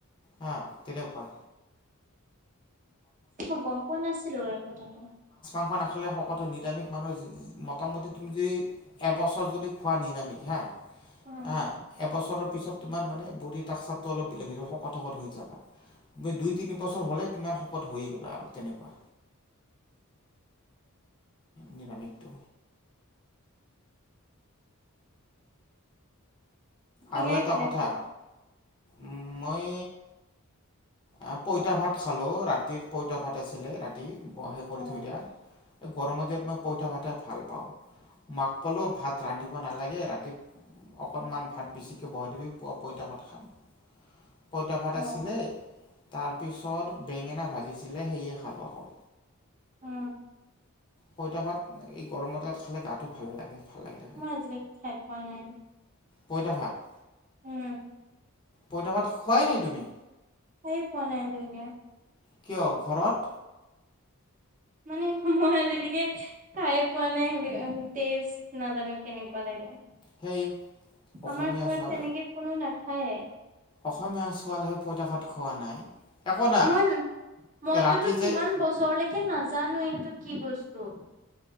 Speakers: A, on the left (about 20°); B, on the right (about 35°).
A: হ তনেকুৱা।
B: মই গম পোৱা নাছিলো এই কথাটো।
A: আখন আখিলে শকত হয়, নিৰামিষ মানুহ মোটামুটি তুমি যদি এবছৰ যদি খোৱা নিৰামিষ হা
B: অ',
A: আহ এবছৰৰ তোমাৰ মানে বডী স্টাকচাৰ টো অলপ বেলেগ হৈ শকত- শকত হৈ যাবা দুই তিনি বছৰ হলে তোমাৰ শকত হৈ গ'লা আৰু তেনেকুৱা। নিলাম একটো।
B: কিহেৰে
A: আৰু এটা
B: খালে
A: কথা,
B: ভাত?
A: উ মই আহ পইতা ভাত খালো ৰাতিৰ পইতা ভাত আছিলে ৰাতি বহে কৰি
B: অ',
A: থৈ দিয়া এই গৰমৰ দিনত মই পইতা ভাতে ভাল পাওঁ। মাক ক'লো ভাত ৰান্ধিব নালাগে ৰাতি অকনমান ভাত বেছিকৈ বহাই দিবি প পইতা ভাত খাম পইতা ভাত
B: অ',
A: আছিলে। তাৰ পিছত বেঙেনা ভাজিছিলে সেয়ে খালো আকৌ
B: অ
A: পইতা ভাত গৰমত খালে গাটো ভাল লাগে ভাল লাগি থাকে
B: মই আজিলৈকে খাই পোৱা নাই।
A: পইতা ভাত।
B: উম,
A: পইতা ভাত খোৱাই নাই তুমি?
B: খাইয়ে পোৱা নাই আজিলেকে।
A: কিয় ঘৰত
B: মানে মই আজিলৈকে খাই পোৱা নাই তেষ্ট নাজানো কেনেকুৱা লাগে।
A: সেই অসমীয়া
B: আমাৰ ঘৰত
A: ছোৱালী
B: তেনেকে কোনো নাখায়ে।
A: অসমীয়া ছোৱালীহৈ পইতা ভাত খোৱা নাই। একো নাই
B: মই মইতোতো
A: ৰাতি
B: কিমান
A: যে
B: বছৰলৈ কে নাজানোৱে এইটো কি বস্তু।